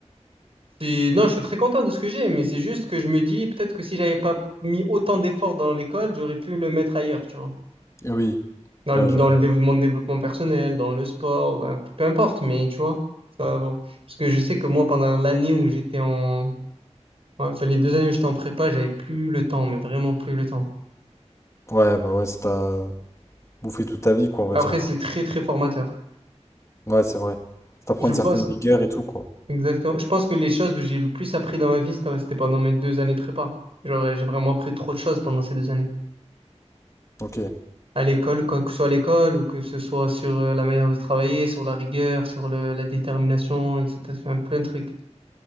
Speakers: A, on the right; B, on the left.
A: C'est- Non, je suis très content de ce que j'ai, mais c'est juste que je me dis peut-être que si j'avais pas mis autant d'efforts dans l'école, j'aurais pu le mettre ailleurs, tu vois.
B: Eh oui.
A: Dans le,
B: Ouais, j'avoue.
A: dans le dév- mon développement personnel, dans le sport, ben, p- peu importe, mais tu vois, ça, bon. Parce que je sais que moi, pendant l'année où j'étais en... ouais, enfin, les deux années où j'étais en prépa, j'avais plus le temps, mais vraiment plus le temps.
B: Ouais, bah ouais, ça t'a bouffé toute ta vie, quoi, on va
A: Après,
B: dire.
A: c'est très, très formateur.
B: Ouais, c'est vrai. Ça t'apprend
A: Je
B: une
A: pense,
B: certaine rigueur et tout, quoi.
A: Exactement. Je pense que les choses où j'ai le plus appris dans ma vie, c'était c'était pendant mes deux années de prépa. Genre, euh, j'ai vraiment appris trop de choses pendant ces deux années.
B: Ok,
A: À l'école, quoi que ce soit à l'école, ou que ce soit sur euh, la manière de travailler, sur la rigueur, sur le- la détermination, etc. Enfin, plein de trucs.